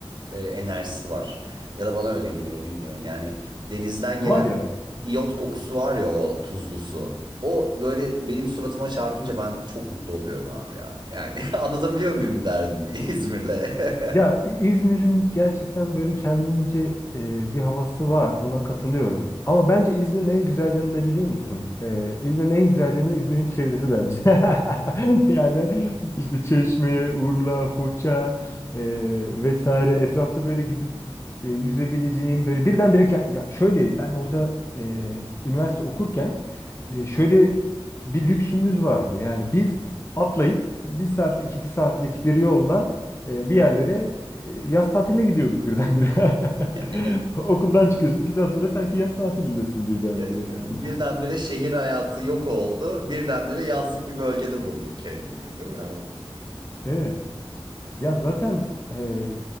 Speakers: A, on the right; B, on the left.
A: e, enerjisi var. Ya da bana öyle geliyor bilmiyorum. Yani denizden
B: Var
A: gelen
B: ya
A: iyot kokusu var ya o tuzlu su. O böyle benim suratıma çarpınca ben çok mutlu oluyorum abi ya. Yani <laughs> anlatabiliyor muyum derdim <laughs> İzmir'le.
B: Ya
A: <laughs>
B: İ- İzmir'in gerçekten böyle kendince e, bir havası var. Buna katılıyorum. Ama bence İzmir'in en güzel yanı ne biliyor musun? E, İzmir'in en güzel yanı İzmir'in çevresi bence. <laughs> Yani işte Çeşme, Urla, Foça e, vesaire etrafta böyle gidip e, yüzebileceğin böyle birdenbire ke- ya şöyle ben orada e, üniversite okurken e, şöyle bir lüksümüz vardı. Yani biz atlayıp bir saatlik iki saatlik bir yolla e, bir yerlere e, yaz tatiline gidiyorduk birdenbire. <laughs>
A: Evet,
B: Okuldan çıkıyorsun iki saat sonra sanki yaz tatilindesin birdenbire
A: evet
B: yani.
A: değil mi? Birdenbire şehir hayatı yok oldu. Birdenbire yazlık bir bölgede buldun kendini, değil mi?
B: Evet. Ya zaten e,